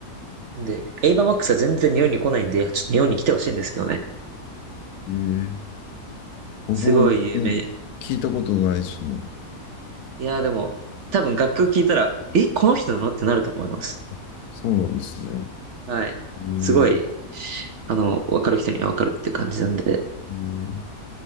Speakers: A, on the right (about 60°); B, on the left (about 80°).
A: で、エイバーマックスは全然日本に来ないんで、ちょっと日本に来てほしいんですけどね。
B: うんうんええー僕も全然聞いたことないですね。
A: すごい有名。いやーでも、多分楽曲聴いたら、え、この人なのってなると思います。
B: あそうなんですね。
A: はい。
B: ええ
A: すごい、あの、わかる人にはわかるって感じなんで。
B: えー